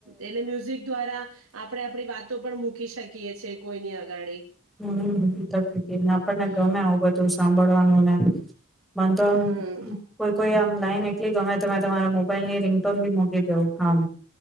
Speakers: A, on the right; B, in the centre.
A: એટલે મ્યુઝિક દ્વારા આપણે આપણી વાતો પણ મૂકી શકીએ ક છે કોઈ નની અગાડી
B: હમને આપણને
A: હમ
B: ગમે આવું બધું સંંભળવાનું મન તો આમ
A: હમ
B: કોઈ કોઈ આમ લાઈને ગમે તમે તમારો ભ મોલ ની રિંગટોન ભી મકી દેવ કામ